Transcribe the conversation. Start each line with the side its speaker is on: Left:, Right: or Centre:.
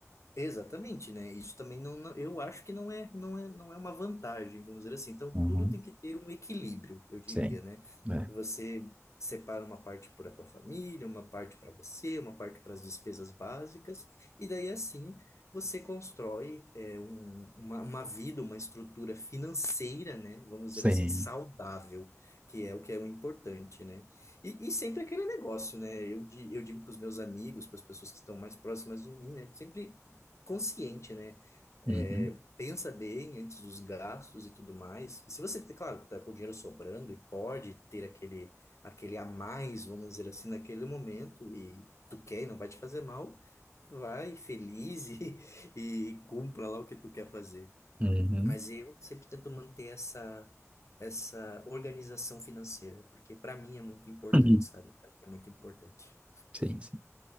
Left: Exatamente, né? Isso também não, não- eu acho que não é, não é, não é uma vantagem, vamos dizer assim. Então,
Right: Uhum.
Left: tudo tem que ter um equilíbrio, eu diria,
Right: Sim.
Left: né?
Right: É.
Left: Você separa uma parte para a tua família, uma parte para você, uma parte para as despesas básicas, e daí assim você constrói é, um- uma, uma vida, uma estrutura financeira, né? Vamos
Right: Sim.
Left: dizer assim, saudável, que é o que é o importante, né? E, e sempre aquele negócio, né? Eu, di- eu digo para os meus amigos, para as pessoas que estão mais próximas de mim, né? Sempre consciente, né? É,
Right: Uhum.
Left: pensa bem antes dos gastos e tudo mais. Se você, é claro, tá com o dinheiro sobrando e pode ter aquele, aquele a mais, vamos dizer assim, naquele momento e tu quer e não vai te fazer mal, vai feliz e, <laughs> e cumpra lá o que tu quer fazer.
Right: Uhum.
Left: Mas
Right: <coughs>
Left: eu sempre tento manter essa, essa organização financeira, porque para mim é muito importante,
Right: Uhum.
Left: sabe? Pra mim é muito importante.
Right: Sim, sim.